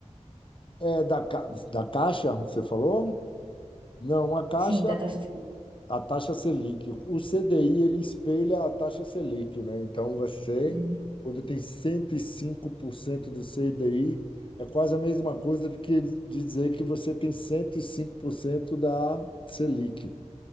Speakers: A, on the left (about 45°); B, on the right (about 40°).
A: É da, Ca- da Caixa, você falou? Não, a Caixa
B: Sim, da taxa Selic.
A: a taxa Selic. O CDI, ele espelha a taxa Selic, né? Então, você,
B: Uhum.
A: quando tem 105% do CDI, é quase a mesma coisa do que de dizer que você tem 105% da Selic.